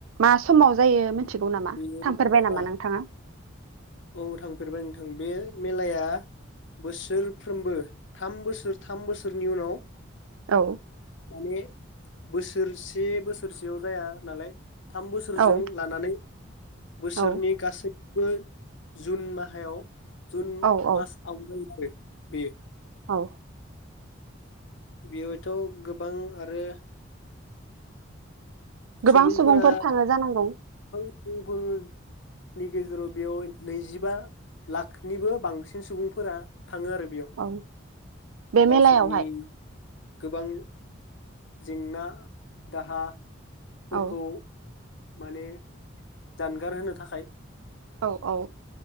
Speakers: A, on the right (about 90°); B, on the left (about 65°).
A: मा समाव जायो मोन थिगौ नामा
B: बे
A: थांफेरबाय
B: मेलायाना
A: नामा नोंथाङा?
B: औ थांफेरबाय नोंथां बे मेलाया बोसोरफ्रोमबो थाम बोसोर थाम बोसोरनि उनाव
A: औ
B: माने बोसोरसे बोसोरसेयाव जाया नालाय थाम बोसोरजों
A: औ
B: लानानै बोसोरनि
A: औ
B: गासै बो जुन माहायाव जुन
A: औ औ
B: मास आव जायो। आरो बेयो।
A: औ
B: बेवहायथ गोबां आरो
A: गोबां
B: सुबुंफोरा
A: सुबुंफोर थाङो जानांगौ।
B: <unintelligible> नि गेजेराव बेयाव नैजिबा लाखनिबो बांसिन सुबुंफोरा थाङो आरो बेयाव
A: औ बे
B: गावसोरनि
A: मेलायावहाय
B: गोबां जेंना दाहा फोरखौ
A: औ
B: माने जानगार होनो थाखाय
A: औ औ